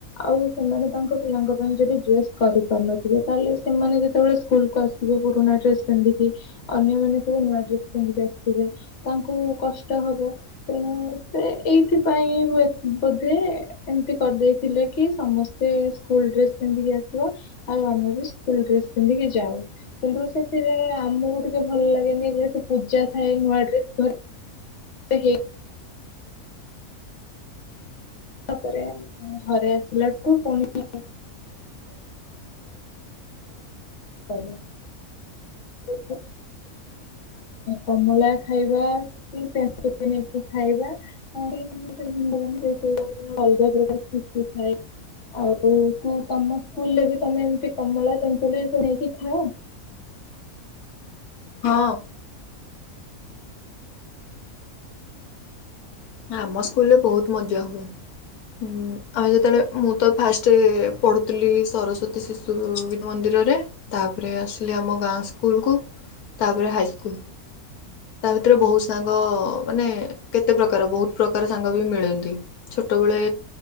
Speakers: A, on the left; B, on the left.
A: ଆଉ ସେମାନେ ତାଙ୍କ ପିଲାଙ୍କ ଯଦି ଡ୍ରେସ କରି ପାରୁନଥିବେ ତାହେଲେ ସେମାନେ ଯେତେବେଳେ ସ୍କୁଲକୁୁ ଆସିବେ ପୁରୁଣା ଡ୍ରେସ ପିନ୍ଧିକି ଅନ୍ୟମାନେ ସବୁ ନୂଆ ଡ୍ରେସ୍ ପିନ୍ଧିକି ଆସିଥିବେ ତାଙ୍କୁ କଷ୍ଟ ହବ। ତେଣୁ ସେ ଏଇଥିପାଇଁ ହୁଏ ବୋଧେ। ଏମିତି କରିଦେଇଥିଲେ କି ସମସ୍ତେ ସ୍କୁଲ ଡ୍ରେସ ପିନ୍ଧିକି ଆସିବ ଆଉ ଆମେ ବି ସ୍କୁଲ ଡ୍ରେସ ପିନ୍ଧିକି ଯାଉ। କିନ୍ତୁ ସେଥିରେ ଆମକୁ ଟିକେ ଭଲ ଲାଗେନି ଯେହେତୁ ପୂଜା ଥାଏ ନୂଆ ଡ୍ରେସ। <unintelligible> ତାପରେ ଘରେ ଆସିଲାଠୁ ପୁଣି <unintelligible> <inaudible> କମଳା ଖାଇବା କି <unintelligible> ନେଇକି ଖାଇବା। <unintelligible> ଅଲଗା ପ୍ରକାର ଖୁସି ଥାଏ। ଆଉ ତୁ ତମ ସ୍କୁଲ ରେ ବି ତମେ ଏମିତି କମଳା ତନ୍ତୁଳିୁ ନେଇକି ଖାଅ?
B: ହଁ।
A: <inaudible>
B: ଆମ ସ୍କୁଲରେ ବହୁତ ମଜା ହୁଏ। ହଁ ଆମେ ଯେତେବେଳେ ମୁଁ ତ ଫାଷ୍ଟ ପଢ଼ୁଥିଲି ସରସ୍ୱତୀ ଶିଶୁ ମନ୍ଦିରରେ ତାପରେ ଆସିଲି ଆମ ଗାଁ ସ୍କୁଲକୁୁ ତାପରେ ହାଇସ୍କୁଲ। ତା ଭିତରେ ବହୁ ସାଙ୍ଗ ମାନେ କେତେ ପ୍ରକାର ବହୁତ ପ୍ରକାର ସାଙ୍ଗ ବି ମିଳନ୍ତି। ଛୋଟବେଳେ